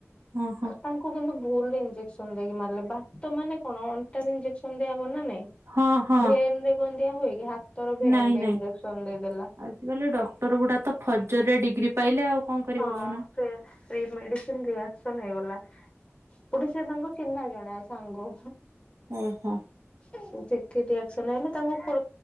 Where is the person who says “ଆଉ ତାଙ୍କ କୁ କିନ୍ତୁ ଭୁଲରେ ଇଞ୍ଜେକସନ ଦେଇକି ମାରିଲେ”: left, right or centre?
Left